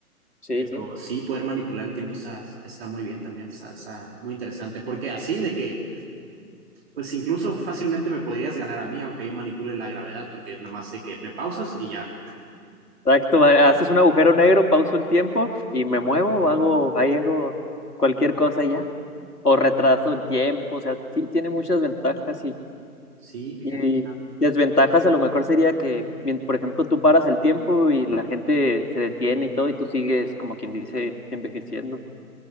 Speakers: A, on the left; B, on the right.
A: sí,
B: Pero
A: sí.
B: sí, poder manipular el tiempo está, está muy bien también, está, está muy interesante, porque así de que, pues incluso fácilmente me podrías ganar a mí, aunque yo manipule la gravedad, porque nada más de que me pausas y ya.
A: Exacto, ha- haces un agujero negro, pauso el tiempo y me muevo, hago, ahí hago cualquier cosa y ya. O retraso el tiempo, o sea, sí, tiene muchas ventajas y,
B: Sí, fíjate,
A: y desventajas a lo mejor sería que, mien- por ejemplo, tú paras el tiempo y la gente se detiene y todo y tú sigues, como quien dice, envejeciendo.